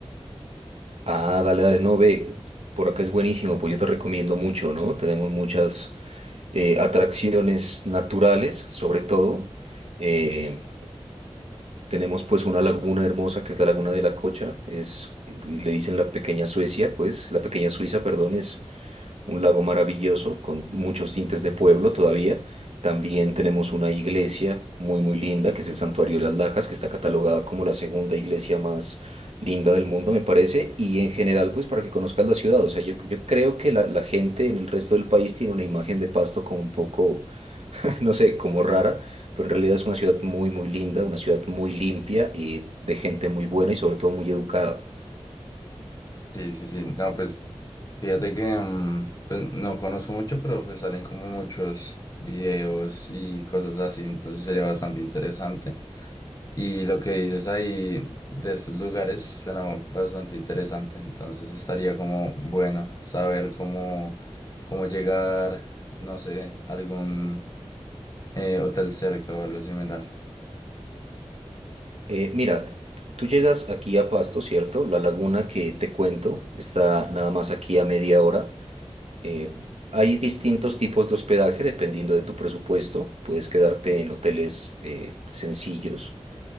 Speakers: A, on the right; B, on the left.
A: Ah, dale, dale, no, ve, por acá es buenísimo, pues yo te recomiendo mucho, ¿no? Tenemos muchas eh, atracciones naturales, sobre todo. Eh, tenemos pues una laguna hermosa que es la Laguna de la Cocha, es, le dicen la pequeña Suecia, pues, la pequeña Suiza, perdón, es... un lago maravilloso con muchos tintes de pueblo todavía. También tenemos una iglesia muy muy linda que es el Santuario de las Lajas, que está catalogada como la segunda iglesia más linda del mundo, me parece. Y en general, pues para que conozcas la ciudad, o sea, yo, yo creo que la, la gente en el resto del país tiene una imagen de Pasto como un poco, <laughs> no sé, como rara, pero en realidad es una ciudad muy muy linda, una ciudad muy limpia y de gente muy buena y sobre todo muy educada.
B: Sí, sí, sí, no, pues fíjate que mm, pues, no conozco mucho, pero pues salen como muchos videos y cosas así, entonces sería bastante interesante. Y lo que dices ahí de estos lugares suena bastante interesante, entonces estaría como bueno saber cómo, cómo llegar, no sé, algún Eh, hotel cerca o algo similar.
A: Eh, mira, tú llegas aquí a Pasto, ¿cierto? La laguna que te cuento está nada más aquí a media hora. Eh, hay distintos tipos de hospedaje dependiendo de tu presupuesto. Puedes quedarte en hoteles eh, sencillos